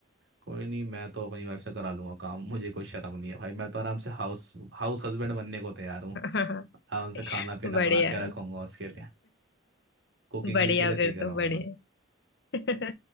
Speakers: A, on the right (about 65°); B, on the left (about 60°).
A: कोई नहीं मैं तो अपनी वाइफ से करा लूंगा काम मुझे कोई शर्म नहीं है भाई मैं तो आराम से हाउस हाउस हस्बैंड बनने को तैयार हूँ
B: हूँ
A: आराम से खाना पीना
B: <laughs> बढ़िया
A: बना के रखूंगा उसके लिए कुकिंग
B: बढ़िया
A: भी इसीलिए
B: फिर
A: सीख रहा
B: तो
A: हूँ
B: बढ़िया <laughs>